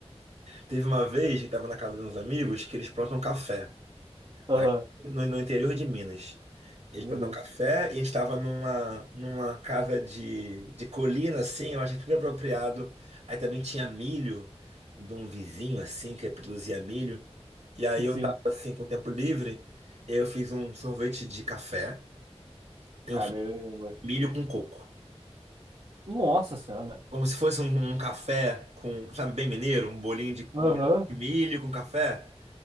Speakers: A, on the right; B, on the right.
A: Teve uma vez que tava na casa de uns amigos que eles plantam café.
B: Aham.
A: aqui no, no interior de Minas. Eles
B: Meu
A: plantavam
B: Deus.
A: café e a gente estava numa, numa casa de, de colina, assim, eu achei tudo apropriado. Aí também tinha milho de um vizinho, assim, que produzia milho. E aí
B: Sim.
A: eu tava, assim, com tempo livre, eu fiz um sorvete de café
B: Caramba.
A: e um sorvete de milho com coco.
B: Nossa senhora.
A: Como se fosse um, um café com, sabe, bem mineiro, um bolinho de, bolinho
B: Aham.
A: de milho com café.